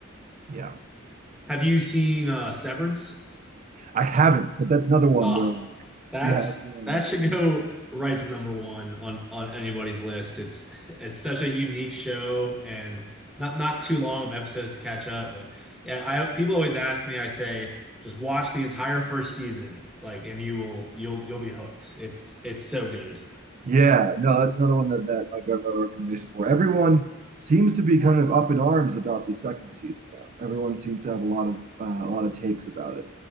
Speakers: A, on the right; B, in the centre.
A: Yeah,
B: Have you seen uh, Severance?
A: I haven't, but that's another one
B: Oh,
A: where like
B: that's
A: yeah, everyone.
B: that should go right to number one on on anybody's list. It's it's such a unique show and not not too long of episodes to catch up. But yeah, I people always ask me. I say just watch the entire first season, like, and you will you'll you'll be hooked. It's it's so good.
A: Yeah, no, that's another one that that I've got a lot of recommendations for. Everyone seems to be kind of up in arms about the second season though. Everyone seems to have a lot of uh, a lot of takes about it.